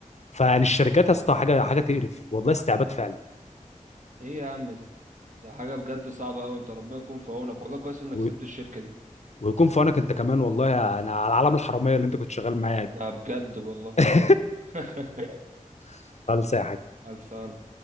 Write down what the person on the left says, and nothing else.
فيعني الشركات يا اسطى حاجه حاجه تقرف والله استعباد فعلا
و...
ويكون في عونك انت كمان والله انا على العالم الحراميه اللي انت كنت شغال معايا دي
<laughs>
<applause> خلص يا حاج